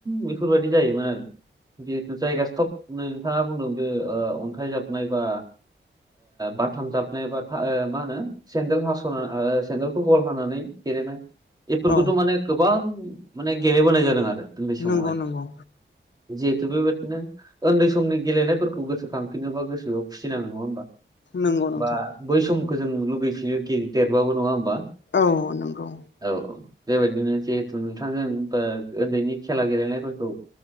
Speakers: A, on the right; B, on the left.
A: बेफोरबायदि जायोमोन आरो जेहेथु जायगा सब नै नोंथांआ बुंदों बे ओ अन्थाइ जाबनाय बा बाथाम जाबनाय बा ओ मा होनो सेन्देल हास'ना सेन्देलखौ गल हानानै गेलेनाय बेफोरखौथ'
B: औ
A: माने गोबां माने गेलेबोनाय जादों आरो उन्दै समावहाय
B: नंगौ नंगौ
A: जिहेथु बेबायदिनो उन्दै समनि गेलेनायफोरखौ गोसोखांफिनोबा गोसो बेयाव खुसि नाङो नङा होमबा
B: नोंगौ नोंथां
A: बा बै समखौ जों लुुबैफिनो देरबाबो नङा होमबा
B: औ नंगौ
A: औ बेबायदिनो जिहेथु नोंथांजों उन्दैनि खेला गेलेनायफोरखौ